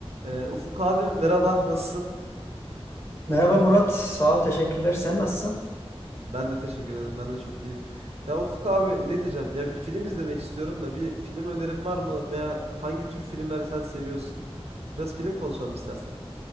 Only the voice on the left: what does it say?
Merhaba Murat, sağ ol, teşekkürler. Sen nasılsın?